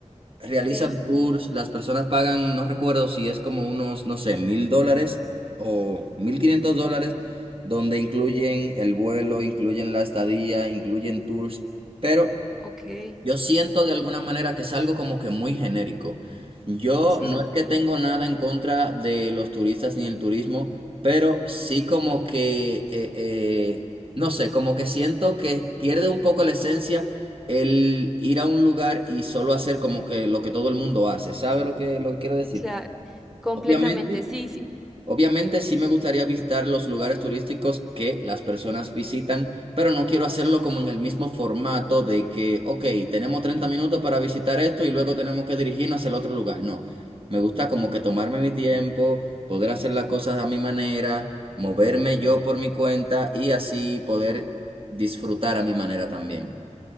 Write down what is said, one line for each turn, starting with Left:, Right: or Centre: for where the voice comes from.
Right: realizan
Centre: Sí,
Right: tours, las personas pagan, no recuerdo si es como unos, no sé, mil dólares o mil quinientos dólares, donde incluyen el vuelo, incluyen la estadía, incluyen tours, pero
Centre: ok.
Right: yo siento de alguna manera que es algo como que muy genérico. Yo
Centre: sí,
Right: no es que tengo nada en contra de los turistas ni el turismo, pero sí como que, eh, eh, no sé, como que siento que pierde un poco la esencia el ir a un lugar y solo hacer como que lo que todo el mundo hace. ¿Sabe lo que, lo que quiero decir?
Centre: claro, completamente,
Right: Obviamente.
Centre: sí, sí.
Right: Obviamente sí me gustaría visitar los lugares turísticos que las personas visitan, pero no quiero hacerlo como en el mismo formato de que, ok, tenemos 30 minutos para visitar esto y luego tenemos que dirigirnos hacia el otro lugar. No, me gusta como que tomarme mi tiempo, poder hacer las cosas a mi manera, moverme yo por mi cuenta y así poder disfrutar a mi manera también.